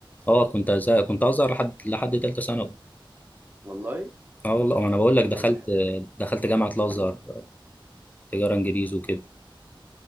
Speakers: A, on the left; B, on the right.
A: اه كنت أزهق. كنت ازهر لحد لحد ثالثه ثانوي
B: والله
A: اه والله انا بقول لك دخلت
B: طب اح...
A: دخلت جامعه الازهر
B: مم.
A: تجاره انجليزي وكده